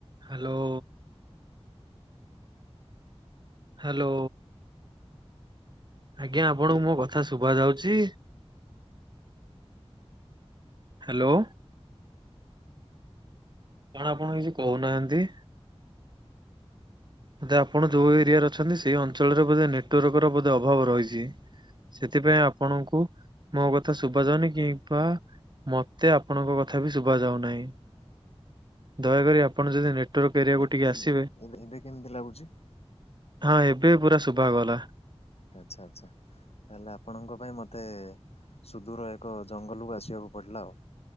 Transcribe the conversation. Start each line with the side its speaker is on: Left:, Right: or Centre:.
Right: Hello. Hello ଆଜ୍ଞା ଆପଣଙ୍କୁ ମୋ କଥା ଶୁଭା ଯାଉଛି। ହ୍ୟାଲୋ। କଣ ଆପଣ କିଛି କହୁନାହାନ୍ତି? ବୋଧେ ଆପଣ ଯୋଉ ଏରିଆରେ ଅଛନ୍ତି। ସେଇ ଅଞ୍ଚଳରେ ବୋଧେ ନେଟୱାର୍କ ର ବୋଧେ ଅଭାବ ରହିଛି। ସେଥିପାଇଁ ଆପଣଙ୍କୁ ମୋ କଥା ଶୁଭା ଯାଉନି କିମ୍ବା ମତେ ଆପଣଙ୍କ କଥା ବି ଶୁଭାଯାଉନାହିଁ ଦୟାକରି ଆପଣ ଯଦି ନେଟୱର୍କ ଏରିଆକୁ
Left: ଏବେ କେମିତି
Right: ଟିକେ ଆସିବେ?
Left: ଏବେ ଏବେ କେମିତି ଲାଗୁଛି?
Right: ହଁ ଏବେ ପୁରା ଶୁଭା ଗଲା।
Left: ଆଚ୍ଛା ଆଚ୍ଛା। ତାହେଲେ ଆପଣଙ୍କ ପାଇଁ ମୋତେ ସୁଦୂର ଏକ ଜଙ୍ଗଲକୁ ଆସିବାକୁ ପଡ଼ିଲା ଆଉ।